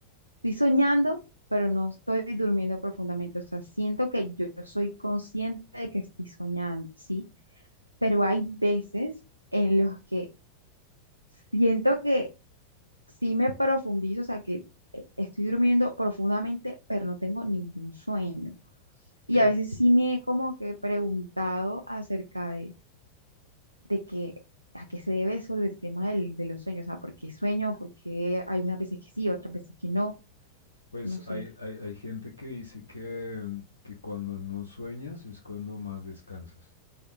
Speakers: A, on the right (about 85°); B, on the left (about 75°).
A: Estoy soñando, pero no estoy durmiendo profundamente. O sea, siento que yo soy consciente de que estoy soñando, ¿sí? Pero hay veces en los que siento que sí me profundizo, o sea, que eh, estoy durmiendo profundamente, pero no tengo ningún sueño. Y
B: Eh,
A: a veces sí me he como que preguntado acerca de de que a qué se debe eso del tema del, de los sueños, o sea, por qué sueño, por qué hay unas veces que sí, otras veces que no,
B: pues
A: no sé.
B: hay, hay, hay gente que dice que, que cuando no sueñas es cuando más descansas.